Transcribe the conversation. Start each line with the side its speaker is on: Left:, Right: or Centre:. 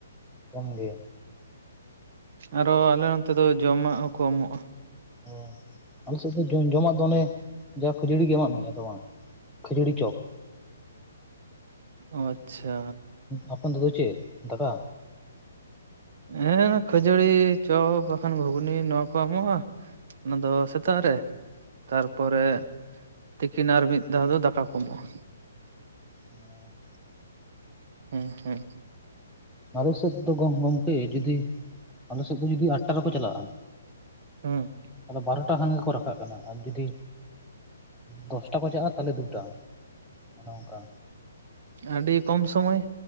Centre: ᱠᱚᱢ ᱜᱮ
Right: ᱟᱨᱚ ᱟᱞᱮ ᱚᱱᱛᱮ ᱫᱚ ᱡᱚᱢᱟᱜ ᱦᱚᱸ ᱠᱚ ᱮᱢᱚᱜᱼᱟ
Centre: ᱚ ᱟᱞᱮ ᱥᱮᱫ ᱫᱚ ᱡᱚᱢ ᱡᱚᱢᱟᱜ ᱫᱚ ᱚᱱᱮ ᱡᱟ ᱠᱷᱟᱹᱡᱟᱹᱲᱤ ᱜᱮ ᱮᱢᱟᱜ ᱢᱮᱭᱟ ᱟᱫᱚ ᱵᱟᱝ ᱠᱷᱟᱹᱡᱟᱹᱲᱤ ᱪᱚᱯ
Right: ᱚᱸᱪᱪᱷᱟ
Centre: ᱟᱯᱚᱱ ᱫᱚᱜᱚ ᱪᱮᱫ ᱫᱟᱠᱟ
Right: ᱦᱮᱸ ᱠᱷᱟᱹᱡᱟᱹᱲᱤ ᱪᱚᱯ ᱵᱟᱠᱷᱟᱱ ᱜᱷᱩᱜᱽᱱᱤ ᱱᱚᱣᱟ ᱠᱚ ᱮᱢᱚᱜᱼᱟ᱾ ᱚᱱᱟ ᱫᱚ ᱥᱮᱛᱟᱜ ᱨᱮ ᱛᱟᱨᱯᱚᱨᱮ ᱛᱤᱠᱤᱱ ᱟᱨ ᱢᱤᱫ ᱫᱷᱟᱣ ᱫᱚ ᱫᱟᱠᱟ ᱠᱚ ᱮᱢᱚᱜᱼᱟ᱾
Centre: ᱦᱮᱸ <unintelligible>
Right: ᱦᱮᱸ ᱦᱮᱸ
Centre: ᱟᱞᱮ ᱥᱮᱫ ᱫᱚ ᱜᱚᱢ ᱜᱚᱝᱠᱮ ᱡᱩᱫᱤ ᱟᱞᱮᱥᱮᱫ ᱫᱚ ᱡᱩᱫᱤ ᱟᱴ ᱴᱟ ᱨᱮᱠᱚ ᱪᱟᱞᱟᱜᱼᱟ᱾
Right: ᱦᱮᱸ
Centre: ᱟᱫᱚ ᱵᱟᱨᱚᱴᱟ ᱠᱷᱟᱱ ᱜᱮᱠᱚ ᱨᱟᱠᱟᱵ ᱠᱟᱱᱟ, ᱟᱨ ᱡᱩᱫᱤ ᱫᱚᱥᱴᱟ ᱠᱷᱚ ᱪᱟᱜᱼᱟ ᱛᱟᱦᱞᱮ ᱫᱩᱴᱟ ᱚᱱᱮ ᱚᱱᱠᱟ᱾
Right: ᱟᱹᱰᱤ ᱠᱚᱢ ᱥᱚᱢᱚᱭ᱾